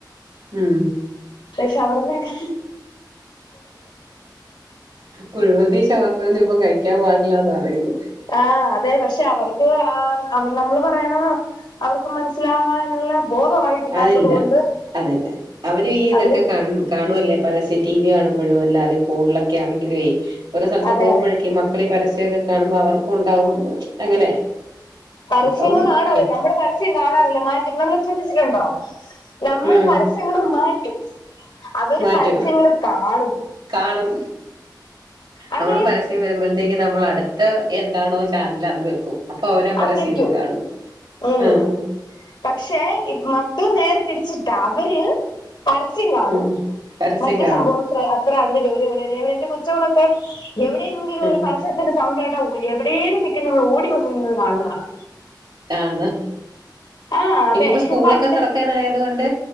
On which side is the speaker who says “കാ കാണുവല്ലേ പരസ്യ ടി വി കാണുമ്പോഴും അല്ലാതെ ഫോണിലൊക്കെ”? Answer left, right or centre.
Right